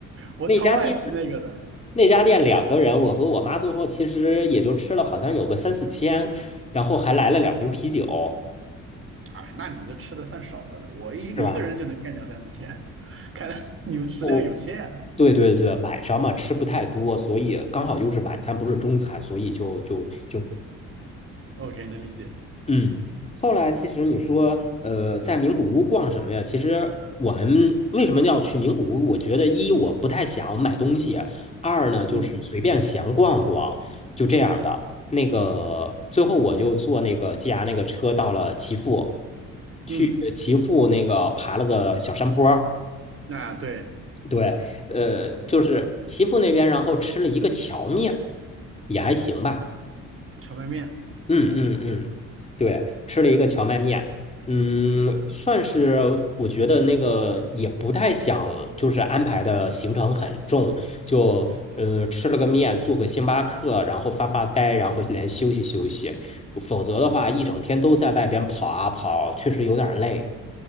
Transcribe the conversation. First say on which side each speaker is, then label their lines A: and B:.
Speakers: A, on the right; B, on the left.
A: 我超爱吃那个的。
B: 那家店。那家店两个人，我和我妈最后其实也就吃了好像有个三四千，然后还来了两瓶啤酒，
A: 啊，那你这吃的算少的了，我一一个人就能干掉三四千，
B: 是吧？
A: <laughs> 看来你们食量有限啊。
B: 哦，对对对，晚上嘛吃不太多，所以刚好又是晚餐，不是中餐，所以就就就。
A: OK，OK，能理解。
B: 嗯，后来其实你说，呃，在名古屋逛什么呀？其实我们为什么要去名古屋？我觉得一我不太想买东西，二呢就是随便闲逛逛，
A: 嗯
B: 就这样的。那个最后我就坐那个 g r 那个车到了岐阜，去岐阜那个爬了个小山坡儿
A: 嗯，那对，
B: 对，呃，就是岐阜那边，然后吃了一个荞面，也还行吧。
A: 荞麦面，
B: 嗯嗯嗯，对，吃了一个荞麦面，嗯，算是我觉得那个也不太想，就是安排的行程很重，就呃吃了个面，做个星巴克，然后发发呆，然后连休息休息，否则的话一整天都在外边跑啊跑，确实有点儿累。